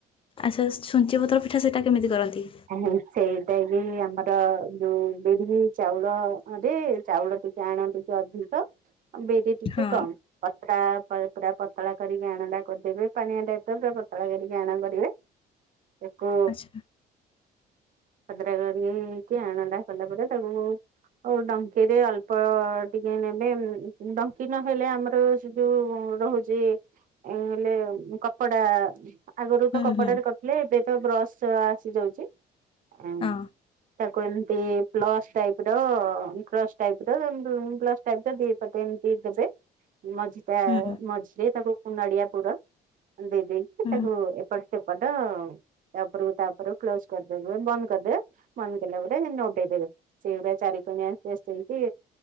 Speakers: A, on the left; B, on the right.
A: ଆଚ୍ଛା ଛୁଞ୍ଚି ପତ୍ର ପିଠା ସେଇଟା କେମିତି କରନ୍ତି?
B: ହାଁ ହାଁ! ସେଇଟା ବି ଆମର ଯୋଉ ବିରି, ଚାଉଳ <unintelligible> ଚାଉଳ ଟିକେ ଆଣ ଟିକେ ଅଧିକ ଆଉ ବରି ଟିକେ
A: ହଁ
B: କମ୍। ପତ୍ରା ପୁରା ପତଳା କରିକି ଆଣଟା କରିଦେବେ ପାଣି ଅଟା ପୁରା ପତଳା କରିକି ଆଣ କରିବେ। ତାକୁ
A: ଆଚ୍ଛା।
B: ଖଦ୍ରା କରି କି ଆଣଟା ସରିଲା ପରେ ତାକୁ ହଉ ଡଙ୍କିରେ ଅଳ୍ପ ଟିକେ ନେବେ ଉଁ ଡଙ୍କି ନହେଲେ ଆମର ଯୋଉ ରହୁଚି <unintelligible> କପଡା। ଆଗରୁ
A: ହୁଁ
B: ତ କପଡାରେ
A: ହୁଁ
B: କରିଥିଲେ ଏବେ ତ ବ୍ରଶ ଆସି ଯାଉଚି। ଏଁ
A: ହଁ
B: ତାକୁ ଏମ୍ତି ପ୍ଲସ୍ ଟାଇପର <unintelligible> ଟାଇପର ଏମିତି ଟାଇପର ଦି ପଟେ ଏମତି ଦେବେ ମଝି ତା
A: ହୁଁ
B: ମଝିରେ ତାକୁ ନଡ଼ିଆ ପୁର ଦେଇ ଦେଇେକି
A: ହୁଁ
B: ତାକୁ ଏପଟ୍ ସେପଟ ଆଉ। ତାପରକୁ‌ ତାପରକୁ କ୍ଲୋଜ କରିଦେବ ବନ୍ଦ କରିଦେ ବନ୍ଦ କଲା ପରେ ନୋଟଇଦେବେ। ସେବଟା ଚାରିି କଣିଆ <unintelligible> ହେଇକି